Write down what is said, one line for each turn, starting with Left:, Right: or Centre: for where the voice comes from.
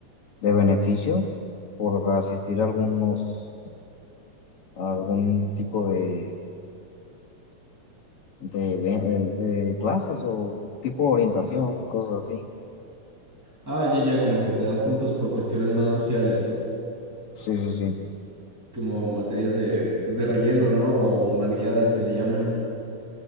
Left: de beneficio por asistir a algunos. algún tipo de, de, ve- de clases o tipo de orientación y cosas así.
Centre: Ah, ya, ya, como que te dan puntos por cuestiones más sociales,
Left: Sí, sí, sí.
Centre: como materias de, pues, de relleno, ¿no? O humanidades que le llaman.